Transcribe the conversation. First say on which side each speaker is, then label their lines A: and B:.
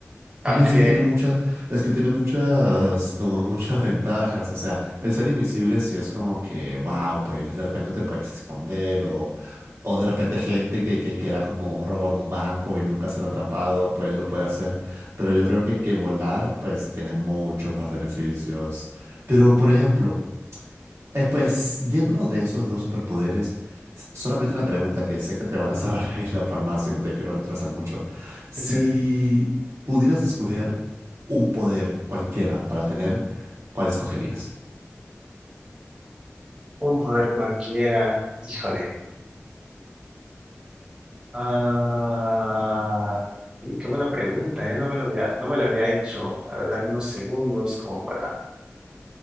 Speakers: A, on the right (about 15°); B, on the right (about 70°).
A: Aunque
B: Y es que tiene muchas, es que tiene muchas, como muchas ventajas. O sea, el ser invisible sí es como que, wow, pues de repente te puedes esconder o, o de repente gente que, que quiera como robar un banco y nunca ser atrapado, pues lo puede hacer. Pero yo creo que, que volar, pues tiene muchos más beneficios. Pero, por ejemplo, Eh, pues yéndonos de esos dos superpoderes, s- solamente una pregunta que sé que te van a cerrar <laughs> en la farmacia y no te quiero retrasar mucho. Si
A: ese
B: pudieras escoger un poder cualquiera para tener, ¿cuál escogerías?
A: un poder cualquiera, híjole. Ah, y qué buena pregunta, ¿eh? No me lo había, no me lo había hecho. A ver, dame unos segundos como para